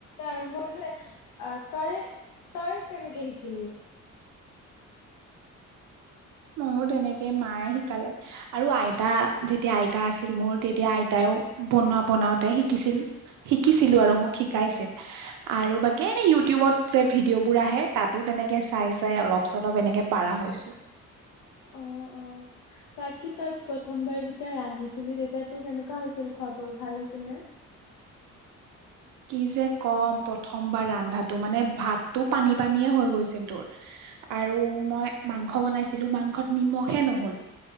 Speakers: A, on the left; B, on the right.
A: আৰম্ভ কৰিলো, অ' তই তই কেনেকে শিকিলি?
B: ময়ও তেনেকে মায়ে শিকালে, আৰু আইতা যেতিয়া আইতা আছিল মোৰ তেতিয়া আইতাইও বনোৱা বনাওতে শিকিছিল, শিকিছিলো আৰু মোক শিকাইছিল। আৰু বাকী এনে ইউটিউবত যে ভিডিঅ' বোৰ আহে, তাতো তেনেকে চাই চাই অলপ চলপ এনেকে পাৰা হৈছো।
A: অ' অ'। বাকী তই প্ৰথমবাৰ যেতিয়া ৰান্ধিছিলি তেতিয়া তোৰ কেনেকুৱা হৈছিল খোৱ বোৰ ভাল হৈছিল নে?
B: কি যে ক'ম প্ৰথমবাৰ ৰন্ধাটো মানে ভাতটো পানী পানীয়ে হৈ গৈছিল তোৰ। আৰু মই মাংস বনাইছিলো মাংসত নিমখে নহ'ল।